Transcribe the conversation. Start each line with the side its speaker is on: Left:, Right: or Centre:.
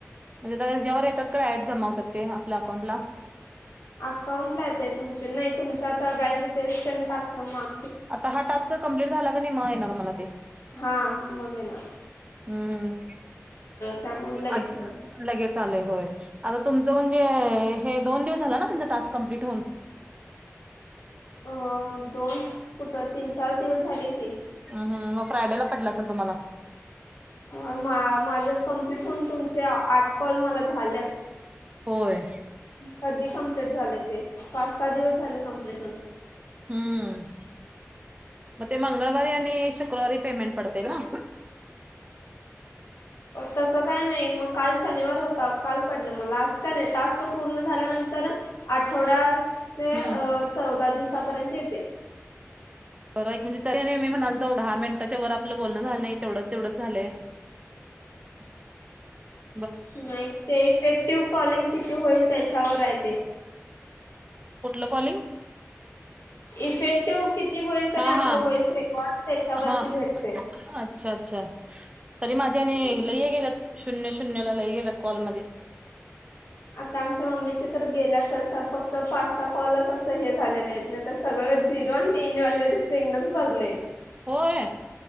Right: म्हणजे ज्यावर. त्या ऍड जमावतात ते आपल्या अकाउंट ला
Left: अकाउंट ला येत तुमच नाही तुमच आता बँक डिटेल्स <unintelligible> टाकत मग.
Right: आता हा टास्क कम्प्लीट झाला का नाही म येणार मला ते.
Left: हा मग येणार.
Right: हम्म हम्म
Left: त्यामुळे लगेच
Right: आड
Left: आलं.
Right: लगेच आलय होय आता तुमच म्हणे हे दोन दिवस झालं ना तुमचं तास कम्प्लीट होऊन?
Left: हो दोन कुठं तीन चार दिवस झाले की.
Right: हम्म हम्म मग फ्रायडे ला पटल असेल तुम्हाला.
Left: मा मा माझे कम्प्लीट होऊन तुम्हाला आठ कॉल मला झालेत.
Right: होय
Left: कधी कमप्लीट झालं ते पाच सहा दिवस झालं कमप्लीट होऊन.
Right: हम्म मग ते मंगळवारी आणि शुक्रवारी. पेमेंट पडतंय न?
Left: तसं काय नाही मग काल शनिवार होता काल पडलं मला आज काय नाही टास्क पूर्ण झाल्यानंतर आठवडा
Right: हम्म
Left: ते चौदा दिव सा पर्यंत येते.
Right: <unintelligible> म्हणाल. दहा मिनिटाच्या वर आपलं बोलणं झालं नाही तेवढंच तेवढंच झालं. <inaudible>
Left: नाही ते इफेक्टिव्ह कॉलिंग किती होईल त्याच्यावर आहे ते.
Right: कुठलं कॉलिंग?
Left: इफेक्टिव्ह. किती होईल का
Right: हा
Left: नाही आपलं
Right: हा
Left: व्हॉइस रेकॉर्ड त्याच्यावरती
Right: हा
Left: भेटते.
Right: अच्छा अच्छा! तरी माझ्याने
Left: हम्म.
Right: लई गेल्यात शून्य शून्यला लई गेल्यात. कॉल माझे
Left: आता आमच्या मम्मी ची तर गेल्या तस फक्त पाच सहा कॉलच असं हे झालेले आहेत. नाही तर सगळं झिरो अन तीन वाले सिग्नच भरलय.
Right: होय